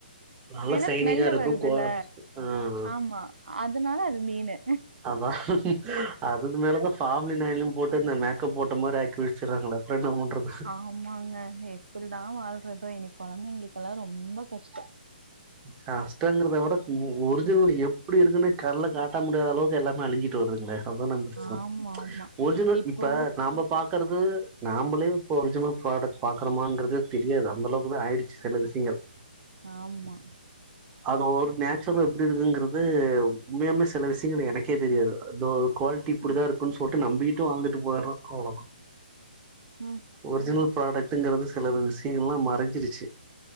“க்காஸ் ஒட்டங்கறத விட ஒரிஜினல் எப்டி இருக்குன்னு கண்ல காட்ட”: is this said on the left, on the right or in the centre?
Right